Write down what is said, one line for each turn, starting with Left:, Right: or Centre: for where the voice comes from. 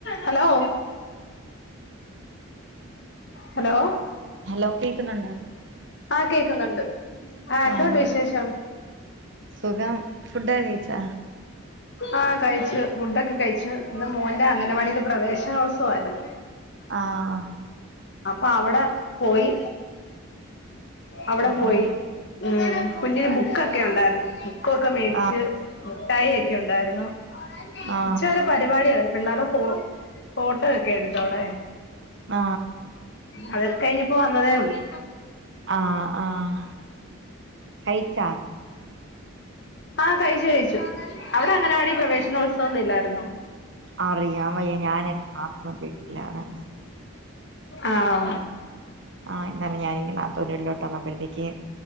Left: ഹലോ ഹലോ
Right: ഹലോ കേക്കുന്നുണ്ടോ
Left: ആ കേക്കുന്നുണ്ട് ആ എന്തുണ്ട്
Right: ആഹ്
Left: വിശേഷം
Right: സുഖം ഫുഡക്കകയിച്ചാ
Left: ആഹ് കഴിച്ചു ഫുഡൊക്കെ കഴിച്ചു. ഇന്ന് മോന്റെ അംഗനവാടിൽ പ്രവേശനോത്സവാരുന്നു
Right: ആഹ്
Left: അപ്പൊ അവിടെ പോയി അവിടെ
Right: ആഹ്
Left: പോയി ഉ കുഞ്ഞിന് ബുക്കൊക്കെ ഉണ്ടാരുന്നു ബുക്കൊക്കെ മേടിച്ച്
Right: ആഹ്
Left: മുഠായി ഒക്കെ ഒണ്ടായിരുന്നു.
Right: ആഹ്
Left: ഇച്ചാലം രിപാടിയ പിള്ളേരുടെ ഫൊ ഫോട്ടോ ഒക്കെ എടുത്തു അവിടെ
Right: ആ
Left: അതൊക്കഴിഞ്ഞിപ്പോ വന്നതേള്ളൂ
Right: ആഹ് ആഹ് കയിച്ചാ
Left: ആ കയിച്ചു കയിച്ചു. അവിടെ അങ്ങനവാടി പ്രവേശനോത്സ സൊന്നുല്ലായിരുന്നോ
Right: അറിയാൻവയ്യ ഞാനൻ ആത്മ ല്ലാണ്
Left: ആണോ
Right: ആ ഇന്നല ഞാനിഞ്ഞി നാത്തൂന്‍റീട്ടിലോട്ടന്നപ അപ്പോഴത്തേക്ക്